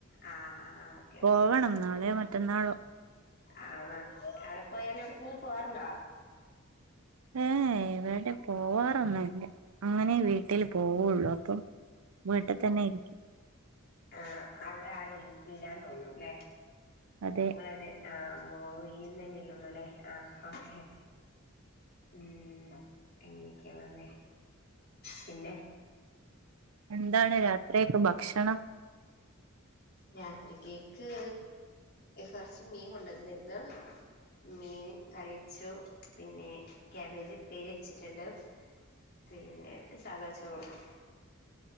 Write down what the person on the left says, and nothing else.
ആഹ് ആ ഓക്കെ
ഓക്കെ
ആണോ അവടെ പോയാല് എവ്ട്ക്കെങ്കിലും പോവാറുണ്ടൊ
ആ അവടെ ആരും ഇല്ലാന്ന് തോന്നുല്ലേ
ഇങ്ങളെന്നെ ആ മോളും ഇയ്യുതെന്നല്ലെള്ളൂല്ലെ ആഹ് ഓക്കെ ഓക്കെ ഉം അങ്ങനെക്കെള്ളെ ലെ പിന്നെ
രാത്രിക്കേക്ക് കൊർച്ച് മീൻ കൊണ്ടന്നിര്ന്നു മീൻ കറി വെച്ചു പിന്നെ ക്യാബേജ് ഉപ്പേരി വെച്ചിട്ട്ണ്ട് പിന്നെ സാദാ ചോറും